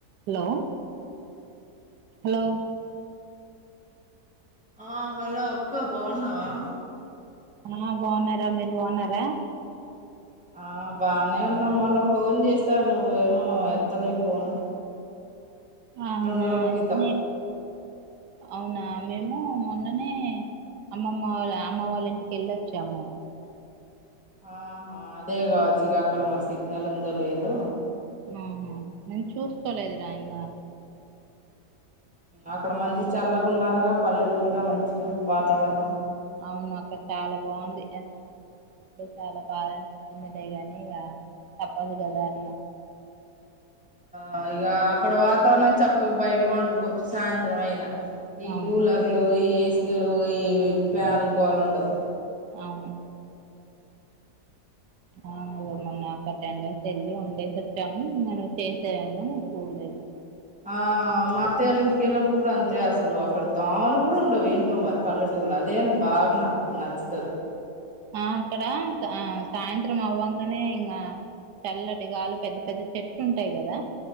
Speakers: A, on the right (about 80°); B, in the centre.
A: Hello hello
B: ఆ hello అక్క బాగున్నావా
A: ఆ బాగున్నారా మీరు బాగున్నారా
B: ఆ బానే ఉన్నా మొన్న ఫోన్ చేశా నువ్వు ఏమో ఎత్తలే ఫోను
A: ఆహ
B: రెండు రోజుల క్రితం
A: <unintelligible> అవునా మేము మొన్ననే అమ్మమ్మ వాళ్ అమ్మ వాళ్ళ ఇంటికి వెళ్ళొచ్చాము
B: ఆహా అదే కావచ్చు ఇక అక్కడ మరి సిగ్నల్ ఉందో లేదు
A: ఆహా నేను చూసుకోలేదు రా ఇకా
B: అక్కడ మంచి చల్లగా ఉండాలిగా పల్లెటూరుగా మంచిగా వాతావరణం
A: అవును అక్క చాలా బాగుంది ఆ చాలా బాధనిపించిందిలే గానీ ఇక తప్పదు కదా అ
B: ఆ ఇక అక్కడ వాతావరణం చక్కగా బయట పండుకోవచ్చు సాయంత్రం అయినా ఈ
A: అవును
B: కూలర్లు ఈ ఏసీలు ఈ ఫ్యాన్లు గోల ఉండదు
A: అవును ఆ ఇగ మొన్న టెన్ డేస్ వెళ్ళి ఉండేసి వచ్చాము చేశాను చూడలేదు
B: ఆ మా అత్తయ్య వాళ్ళు ఇంటికివెళ్ళినప్పుడు కూడా అంతే అసలు అక్కడ దోమలు కూడా ఉండవు ఏంటో మరి పల్లెటూలా అదే బాగా నాకు నచ్చితది
A: ఆ అక్కడ ఆ సాయంత్రం అవ్వంగానే ఇంకా చల్లటిగాలు పెద్ద పెద్ద చెట్లు ఉంటాయి కదా